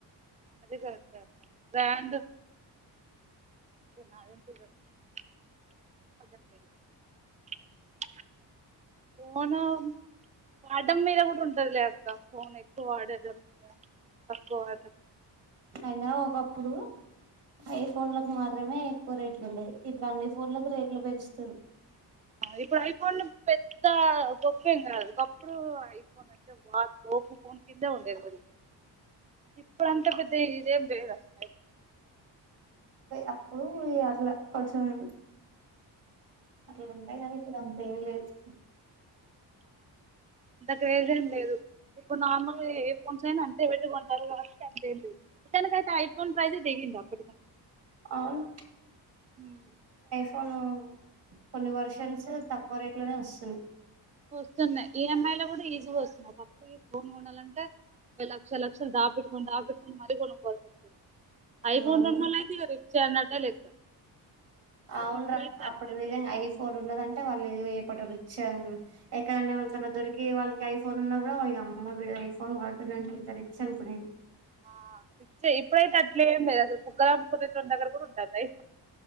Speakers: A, on the right; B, on the right.
A: అది కరెక్టె అక్క నాదేం <unintelligible> ఫోను వాడడం మీద కూడా ఉంటాది లే అక్క ఫోన్ ఎక్కువ వాడాకూడదంటా తక్కువ వాడల్ల
B: అయినా ఒకప్పుడు ఐ ఫోన్లకు మాత్రమే ఎక్కువ రేట్లు ఉండేవి ఇప్పుడు అన్ని ఫోన్లకు రేట్లు పెంచుతుర్రు
A: ఇప్పుడు ఐఫోన్లు పెద్ద గొప్పేం కాదు ఒకప్పుడు ఐఫోన్ అంటే వా తోపు ఫోన్ కింద ఉండేది అది ఇప్పుడంతా పెద్ద ఇదేం లేదు అసలు అ
B: అప్పుడు అట్ల కొంచముది అట్లుంటాయి కానీ ఇప్పుడు అంత ఏం లేదు
A: అంత క్రేజ్ ఏం లేదు ఇప్పుడు నార్మల్ ఏ ఫోన్స్ అయినా అంతే పెట్టి కొంటారు కాబట్టి అంతేంది ఇతనికైతే ఐ ఫోన్ ప్రైజ్ దప్పుడు
B: అవును
A: <unintelligible>
B: కొను కొన్ని వర్షన్స్ తక్కువ రేట్ లోనే వస్తుంది.
A: వస్తున్నాయి ఈఎంఐ లో కూడా ఈజీగా వస్తున్నాయి ఒకప్పుడు ఐఫోన్ కొనాలంటే లక్ష లక్షలు దాబట్టుకోని డబట్టుకొని మరీ కొనుక్కోంది ఐఫోన్
B: అవును
A: ఉన్నళ్ళ అయితే రిప్ చేయన్నట్టే లెక్క
B: అవున్రా
A: ఇప్పుడైతే
B: అప్పుడు
A: అట్లేం
B: నిజంగా
A: లేదు
B: ఐఫోన్ ఉన్నదంటే వాళ్ళు ఏ పట రిచా ఎక్కడన్నా మకన్నా దొరికి వాళ్ళకి ఐఫోన్ ఉన్నా కూడా వా అమ్మడు ఐఫోన్ అర్ధ గంటె ఎంత రిచ్ అనుకునేది
A: ఆ చ ఇప్పుడైతే అట్లేం లేదు అ ముగ్గర ముక్కతిట్న్న దగ్గర కూడా ఉంటుంది అయో